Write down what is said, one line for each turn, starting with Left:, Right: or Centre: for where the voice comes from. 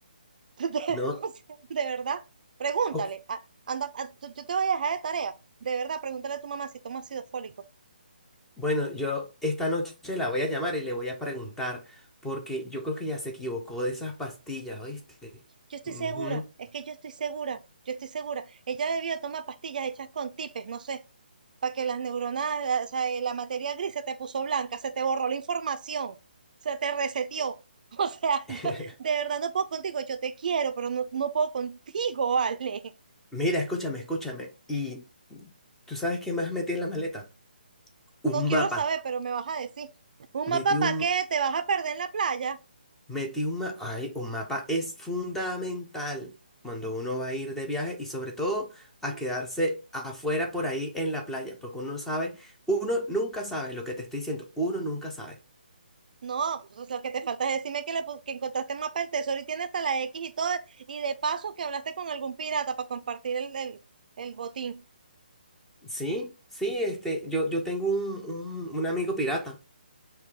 Right: <laughs> De,
Centre: ¿no?
Right: O sea, de verdad, pregúntale.
Centre: Ok,
Right: a- anda, a- tú- yo te voy a dejar de tarea. De verdad, pregúntale a tu mamá si toma ácido fólico.
Centre: Bueno, yo esta noche la voy a llamar y le voy a preguntar, porque yo creo que ya se equivocó de esas pastillas, ¿oíste?
Right: Yo estoy
Centre: Ujú.
Right: segura, es que yo estoy segura, yo estoy segura. Ella debió tomar pastillas hechas con tipes, no sé, para que las neuronas, la- o sea, eh, la materia gris se te puso blanca, se te borró la información, se te reseteó. <laughs> O sea,
Centre: <laughs>
Right: yo de verdad no puedo contigo, yo te quiero, pero no, no puedo contigo, <laughs> vale.
Centre: Mira, escúchame, escúchame. ¿Y tú sabes qué más metí en la maleta? Un
Right: No quiero
Centre: mapa.
Right: saber, pero me vas a decir, ¿un mapa
Centre: Metí
Right: para
Centre: un,
Right: qué? ¿Te vas a perder en la playa?
Centre: Metí un mapa. Ay, un mapa es fundamental cuando uno va a ir de viaje y sobre todo a
Right: No,
Centre: quedarse afuera por ahí en la playa, porque uno sabe, uno nunca sabe lo que te estoy diciendo, uno nunca sabe.
Right: No, pues lo que te falta es decirme que, le, pu- que encontraste el mapa del tesoro y tiene hasta la X y todo, y de paso que hablaste con algún pirata para compartir el, el, el botín.
Centre: Sí, sí, este, yo, yo tengo un, un, un amigo pirata